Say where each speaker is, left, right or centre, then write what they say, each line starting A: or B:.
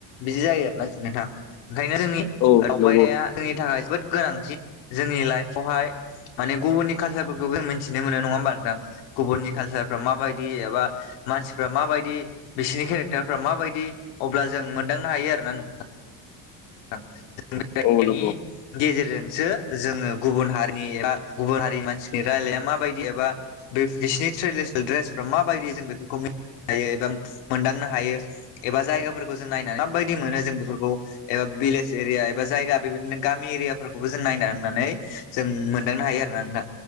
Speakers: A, on the left (about 75°); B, on the left (about 50°).
A: बिदि जायो आरोना नोंथाङा। ओंखायनो जोंनि
B: औ
A: दावबायनाया
B: नंगौ
A: जोंनि थाखाय जोबोद गोनांथि जोंनि लाइफआवहाय माने गुबुननि कालसारफोरखौबो जों मिथिनो मोनो नङा होमबा नोंथां? गुबुननि कालसारफ्रा माबाय <unintelligible> बा मानसिफ्रा मा बायदि बिसिनि केरेक्टार फ्रा माबायदि अब्ला जों मोनदांनो हायो आरोना नों थां थां। <inaudible>
B: औ नंगौ औ
A: <inaudible>
B: नंगौ
A: नि गेजेरजों सो जोंङो गुबुन हारिनि एबा गुबुन हारिनि मानसिनि रायलाया माबायदि एबा दो बिसिनि ट्रेडिसनेल द्रेसफ्रा माबायदि जों बेफोरखौ मि हायो एबा मोनदांनो हायो एबा जायगाफोरखौ जों नायनानै माबायदि मोनो जों बेफोरखौ एबा भिलेज एरिया एबा जायगा बेबादिनो गा एरिया फोरखौबो जों नायनानै जों मोनदांनो हायो आरो ना नोंथां